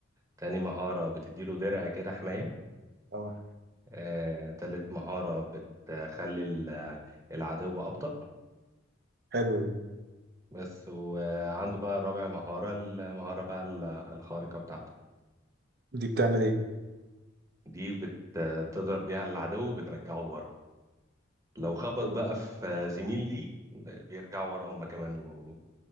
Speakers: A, on the right; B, on the right.
A: تاني مهارة بتديله درع كده حماية
B: اه
A: آه تالت مهارة بتخلي ال- العدو أبطأ
B: حلوه دي
A: بس وعنده بقى رابع مهارة المهارة بقى ال- الخارقة بتاعته
B: دي بتعمل ايه؟
A: دي بت- بتضرب بيها العدو بترجعه لورا لو خبط
B: حلوة.
A: بقى في زميل ليه بيرجعوا ورا هم كمان و...